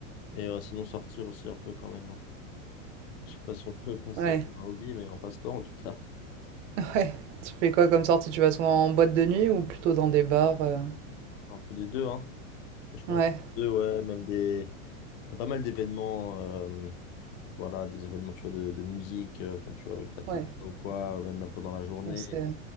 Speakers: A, on the left; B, on the right.
A: et euh, sinon, sortir aussi un peu quand même. hein. Je sais pas si on <laughs> peut passer
B: Ouais,
A: ça comme un hobby, mais un passe-temps en tout cas.
B: <laughs> ouais. Tu fais quoi comme sortie? Tu vas souvent en boîte de nuit ou plutôt dans des bars? euh
A: Un peu des deux, hein. Franchement,
B: Ouais,
A: un peu des deux, ouais. Même des. Il y a pas mal d'événements, euh, voilà, des événements, tu vois, de, de musique, euh, enfin, tu vois, avec la techno
B: ouais.
A: ou quoi, même bah, pendant la journée.
B: On sait.